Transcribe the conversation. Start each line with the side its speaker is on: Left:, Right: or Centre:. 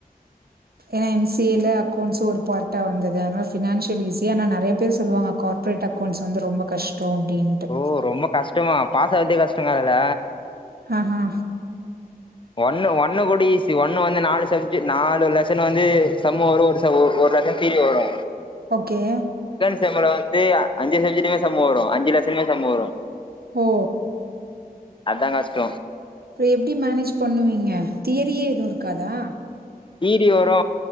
Right: <inaudible> ஏன்ன எம்சிஏ ல அக்கௌண்ட்ஸ் ஒரு பார்டா வந்தது அதுனால ஃபினான்சியல் ஈஸி ஆனா நெறய பேர் சொல்லுவாங்க கார்பரட் ட் அக்கவுன்ட்ஸ் வந்து ரொம்ப கஷ்ட அப்படின்ட்டு
Left: ஓ ரொம்ப கஷ்டமா பாஸ் ஆவுறதே கஷ்டம்ங்கா அதுல
Right: ஆஹ
Left: ஒண்ணு ஒண்ணு கூட ஈசி ஒண்ணு வந்து நாலு சப்ஜி நாலு ல சன் வந்து சம்மு வரு ஒரு ஒரு லசம் தீரி வரு
Right: ஓகே
Left: செம்மள வந்து அஞ்சு சஜிட்டுமே சமு வரு அஞ்சு லசமே சமு வரு
Right: ஒ
Left: அதா கஷ்ட
Right: அப்ற எப்படி மேனேஜ் பண்ணுவீங்க தியரியே எதுவு இருக்காதா
Left: தியரி வரு